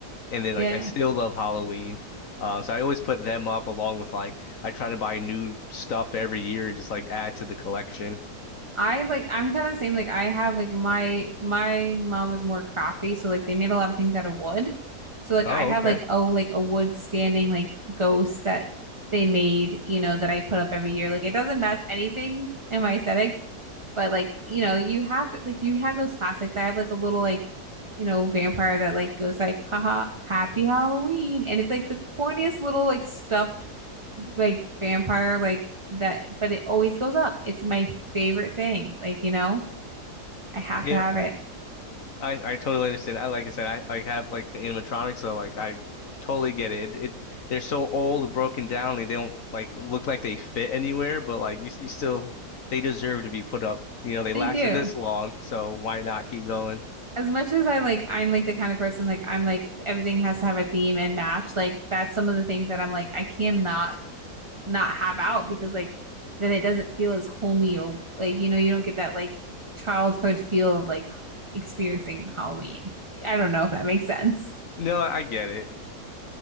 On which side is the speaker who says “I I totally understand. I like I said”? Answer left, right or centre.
Left